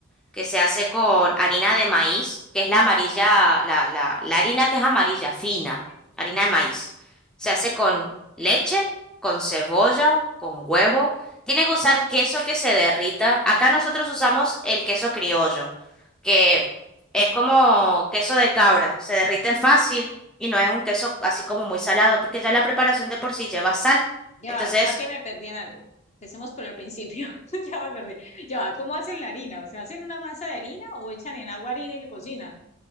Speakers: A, in the centre; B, on the left.
A: que se hace con harina de maíz, que es la amarilla, la, la, la harina que es amarilla, fina,
B: Sí.
A: harina de maíz. Se
B: Ok.
A: hace con leche, con cebolla, con huevo. Tiene que usar queso que se derrita. Acá nosotros usamos el queso criollo, que es como queso de cabra, se derrite fácil y no es un queso así como muy salado, porque ya
B: ok.
A: la preparación de por sí lleva sal.
B: Ya
A: Entonces
B: va, ya que me perdí en algo. Empecemos por el principio. <laughs> Ya me perdí. Ya va, ¿cómo hacen la harina? O sea, ¿hacen una masa de harina o echan en agua harina y le cocinan?